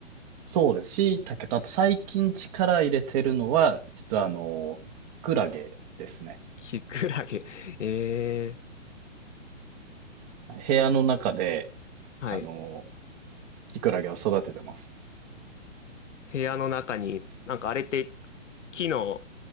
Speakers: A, on the right; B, on the left.
A: そうです。椎茸と、あと最近力入れてるのは、実はあの、キクラゲですね。
B: キクラゲ。<laughs> ええー
A: 部屋の中で、
B: はい。
A: あの、キクラゲを育ててます。
B: 部屋の中に、なんかあれって木の、